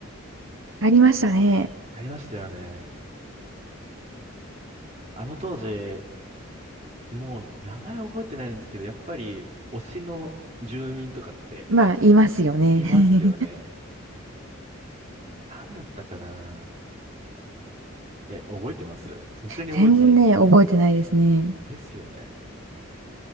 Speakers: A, on the right; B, on the right.
A: ありましたね。
B: やりましたよね。あの当時、もう名前覚えてないんですけど、やっぱり推しの住民とかって
A: まあ、言いますよね。
B: いますよね。
A: <laughs>
B: なんだったかなえ、覚えてますさすがに覚えてないですか
A: 全然ね、覚えてないですね。
B: ですよね。